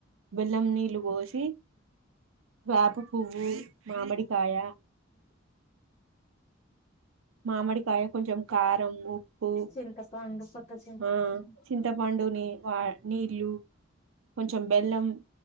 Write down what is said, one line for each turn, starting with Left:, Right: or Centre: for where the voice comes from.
Right: బెల్లం నీళ్ళు పోసి వేపు పువ్వు మామిడి కాయ
Left: అ
Right: మామిడి కాయ కొంచెం కారం ఉప్పు
Left: చింతపండు కొత్త చింతపండు
Right: ఆ చింతపండుని వా నీళ్లు కొంచెం బెల్లం